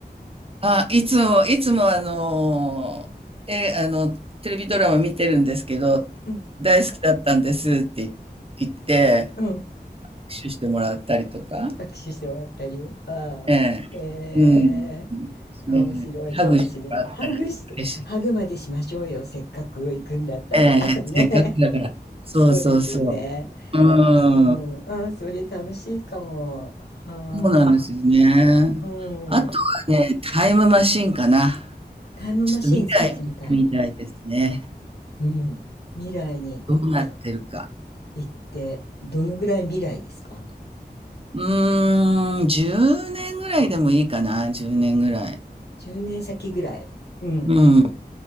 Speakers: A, on the right (about 35°); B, on the left (about 75°).
A: あ、いつも、いつもあのえ、あの、テレビドラマ見てるんですけど、
B: うん
A: 大好きだったんですって言って、
B: うん
A: 握手してもらったりとか、
B: 握手してもらったりああへえ面白いかもしれないハグしてハグまでしましょうよせっかく行くんだったら
A: ええ、うん、ね、ハグしてもらったら嬉しい。ええ、
B: <laughs> ね
A: せっかくだから。そうそうそう。
B: そうですよね。
A: うん、
B: うん。ああそれ楽しいかも。はあ。
A: そうなんですよね。
B: うん。
A: あとはね、タイムマシンかな。
B: タイムマシーン使ってみたい。
A: ちょっと未来見てみたいですね。
B: うん。未来にい
A: どうなってるか。
B: 行って、どのぐらい未来ですか
A: うーん、10年ぐらいでもいいかな、10年ぐらい。
B: ?10 年先ぐらい。うん。
A: うん。う